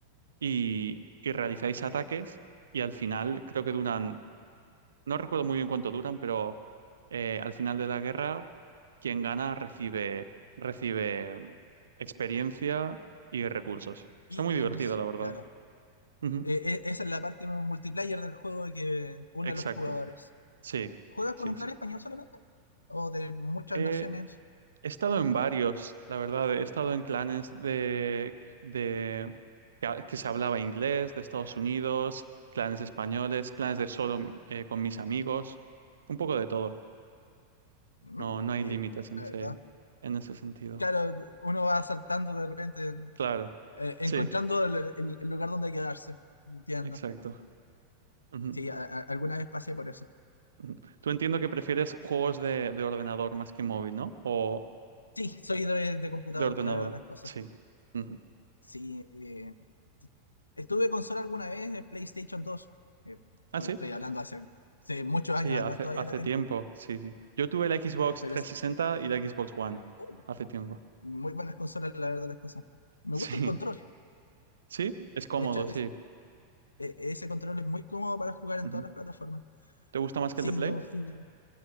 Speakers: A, on the right; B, on the left.
A: y, y realizáis ataques y al final creo que duran no recuerdo muy bien cuánto duran, pero eh, al final de la guerra, quien gana recibe, recibe mm, experiencia y recursos.
B: Ítems,
A: Está muy divertido, la verdad.
B: claro.
A: Ujú,
B: Eh, eh, esa es la parte multiplayer del juego que une
A: Exacto.
B: a los jugadores.
A: Sí,
B: ¿Juegas
A: sí,
B: con un
A: sí.
B: clan español solamente? o de muchas
A: Eh,
B: naciones.
A: he estado en varios, la verdad. He estado en clanes de, de que, que se hablaba inglés, de Estados Unidos, clanes españoles, clanes de solo eh, con mis amigos, un poco de todo.
B: Mm,
A: No, no hay
B: ahí,
A: límites en
B: la
A: ese,
B: verdad.
A: en ese sentido.
B: Claro, uno va saltando de repente,
A: Claro,
B: eh, encontrando
A: sí,
B: el, el- el lugar donde quedarse. Entiendo.
A: exacto. Ujú,
B: Sí, a- a- alguna vez pasé por eso.
A: ujú. Tú entiendo que prefieres juegos de, de ordenador más que móvil, ¿no? O
B: Sí, soy de, de computador,
A: de ordenador,
B: la verdad, las cosas.
A: sí. Ujú.
B: Sí, eh, estuve consola alguna vez, eh, PlayStation dos Eh,
A: Ah,
B: to-
A: sí,
B: estoy hablando hace, hace muchos
A: sí,
B: años
A: hace,
B: atrás, todavía
A: hace
B: la tengo.
A: tiempo, sí, sí. Yo tuve la Xbox
B: Pero
A: 360
B: es
A: y la Xbox One
B: uh,
A: hace tiempo.
B: muy buenas consolas, la verdad, las cosas. Me
A: <laughs> Sí,
B: gusta el control.
A: sí, es cómodo,
B: De hecho, es-
A: sí.
B: e- ese control es muy cómodo para jugar en
A: Ujú.
B: todas las plataformas.
A: ¿Te gusta más
B: Sí,
A: que el de Play?
B: yo fui. el-